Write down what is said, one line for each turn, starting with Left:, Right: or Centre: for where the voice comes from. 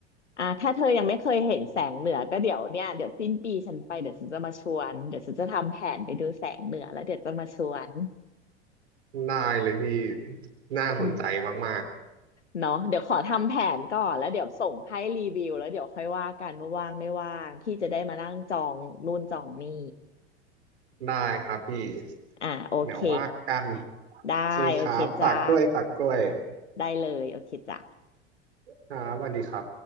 Left: อ่าถ้าเธอยังไม่เคยเห็นแสงเหนือก็เดี๋ยวเนี่ยเดี๋ยวสิ้นปีฉันไปเดี๋ยวฉันจะมาชวนเดี๋ยวฉันจะทำแผนไปดูแสงเหนือแล้วเดี๋ยวจะมาชวน
Right: ได้เลยพี่น่าสนใจมาก
Left: อืมเนาะเดี๋ยวขอทำแผนก่อนแล้วเดี๋ยวส่งให้รีวิวแล้วเดี๋ยวค่อยว่ากันว่าว่างไม่ว่างพี่จะได้มานั่งจองนู่นจองนี่
Right: ๆได้ครับพี่
Left: อ่าโอเค
Right: เดี๋ยวว่ากัน
Left: ได้โอเคจ้า
Right: โอเคครับฝากด้วยฝากด้วย
Left: ได้เลยโอเคจ้า
Right: ครับสวัสดีครับ